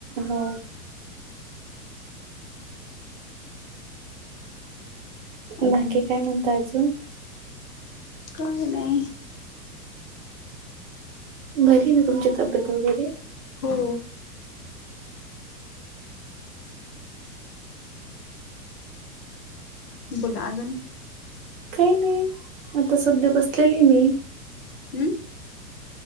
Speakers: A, on the right; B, on the left.
A: हो.
B: अजून
A: बाकी, काय म्हणता अजून?
B: काही नाही.
A: बरीय ना, तुमची तब्येत वगैरे?
B: हो. बोला, अजून?
A: काही नाही, आता सध्या बसलेली मी.
B: हम्म